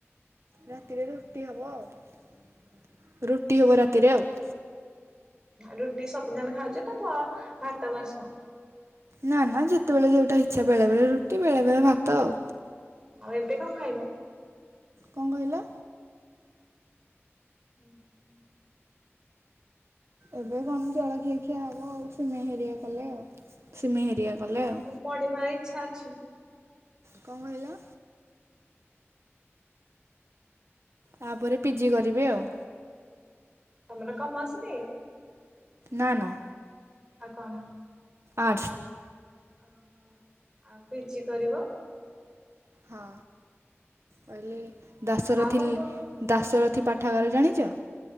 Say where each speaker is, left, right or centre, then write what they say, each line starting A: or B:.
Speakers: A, on the right; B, on the right.
A: ରାତିରେ ରୁଟି ହବ ଆଉ ରୁଟି ହବ ରାତିରେ ଆଉ।
B: ରୁଟି ସବୁଦିନ୍ ଖାଉଚି ତ ପ ଭାତ ବସିବ।
A: ନା ନା ଯେତେବେଳେ ଯୋଉଟା ଇଚ୍ଛା ବେଳେବେଳେ ରୁଟି ବେଳେବେଳେ ଭାତ ଆଉ।
B: ଆଉ ଏବେ କଂ ଖାଇବ।
A: କଂ କହିଲ।
B: ହୁଁ ହୁଁ।
A: ଏବେ କଣ ଜଳଖିଆ ଖିଆ ହବ ଆଉ ସିମେଇ ହେରିଆ କଲେ ଆଉ ସିମେଇ ହେରିଆ କଲେ ଆଉ।
B: ପଢ଼ିବା ଇଚ୍ଛା ଅଛି।
A: କଂ କହିଲ। ତାପ୍ରେ ପିଜି କରିବେ ଆଉ।
B: ତମର କଂ ମସ୍ ଦେ।
A: ନା ନା।
B: ଆଉ କନ।
A: ଆଟ୍ସ୍।
B: ଓହୋ ଆଉ ପିଜି କରିବ।
A: ହଁ କହିଲେ ଦାସରଥି
B: ଆଉ କଣ
A: ଲ୍
B: କର
A: ଦାସରଥୀ ପାଠାଗାର ଜାଣିଚ।